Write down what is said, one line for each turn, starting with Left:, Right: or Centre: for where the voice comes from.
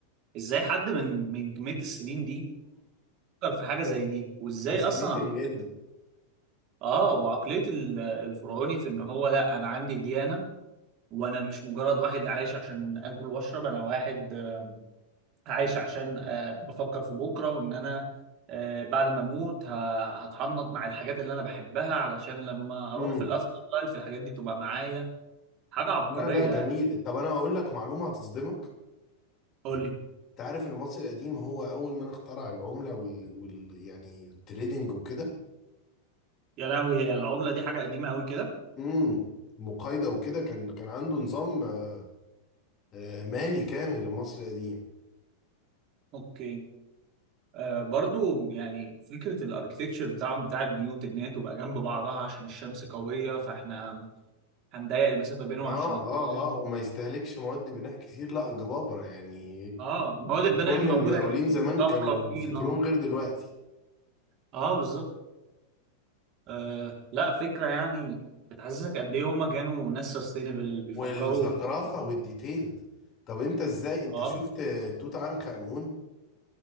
Right: ازاي حد من من كمية السنين دي فكر في حاجة زي دي وازاي
Left: فاسينيتنج
Right: اصلا
Left: جدا
Right: اه وعقلية ال- الفرعوني في ان هو لا انا عندي ديانة وانا مش مجرد واحد عايش عشان اكل واشرب انا واحد آه، عايش عشان آه، بفكر في بكرة وان انا آه، بعد ما اموت ه- هتحنط مع الحاجات اللي انا بحبها علشان لما اروح
Left: امم
Right: في الافتر لايف الحاجات دي تبقى معايا حاجة عبقرية
Left: لا لا جميل
Right: يعني.
Left: طب انا اقول لك معلومه هتصدمك
Right: قول لي
Left: انت عارف ان المصري القديم هو اول من اخترع العمله وال, وال... يعني التريدنج وكده
Right: يا لهوي هي العملة دي حاجة قديمة قوي كده
Left: امم المقايضه وكده كان كان عنده نظام آه، آه، مالي كامل المصري القديم
Right: اوكي آه برضو يعني فكرة الاركتكتشر بتاعهم بتاع البيوت ان هي تبقى جنب بعضها عشان الشمس قوية فاحنا هنضيق المسافه بينهم
Left: اه
Right: عشان
Left: اه
Right: الجو
Left: اه وما يستهلكش مواد بناء كتير لا جبابره يعني
Right: اه مواد البناء
Left: اظن
Right: موجوده
Left: المقاولين
Right: يعني
Left: زمان
Right: رمله
Left: كانوا
Right: وطينه
Left: فكرهم غير دلوقتي
Right: اه بالظبط آه لا فكره يعني بتحسسك قد ايه هما كانوا ناس سستينبل بيفكروا
Left: والزخرفه
Right: اه
Left: والديتيلد طب انت ازاي انت
Right: اه
Left: شفت توت عنخ امون